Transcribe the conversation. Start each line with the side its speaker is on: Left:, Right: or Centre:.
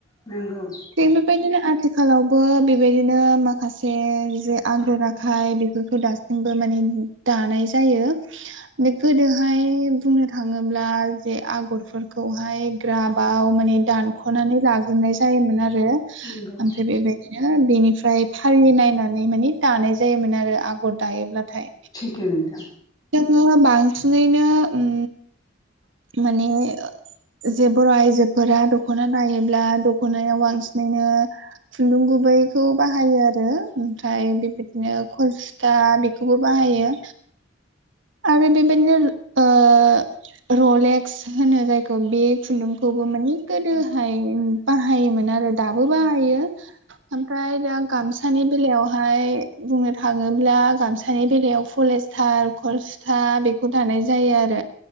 Left: नोंगौ
Right: थिग बेबायदिनो आथिखालावबो बेबायदिनो माखासे जे आगर आखाय बेफोरखौ दासि बो माने दानाय जायो गोदोहाय बुंनो थाङोब्ला जे आगरफोरखौहाय ग्राबाव माने दानख'नानै लाग्रोनाय जायोमोन आरो
Left: नंगौ
Right: ओमफ्राय बेबायदिनो बेनिफ्राय फारि नायनानै माने दानाय जायोमोन आरो आ गर दायोब्लाथाय
Left: दे नोंथां
Right: जोङो बांसिनैनो उम माने जे बर' आइजोफोरा दख'ना दायोब्ला दख'नायाव बांसिनैनो खुन्दुं गुबैखौ बाहायो आरो ओमफ्राय बेबायदिनो खल दा बेखौबो बाहायो। आरो बेबायदिनो ओ रलेक्स होनो जायखौ बे खुन्दुंखौबो माने गोदोहाय बाहायोमोन आरो दाबो बाहायो ओमफ्राय दा गामसानि बेलायावहाय बुंनो थाङोब्ला गामसानि बेलायाव पलेज थार खलसुथा बेखौ थानाय जायो आरो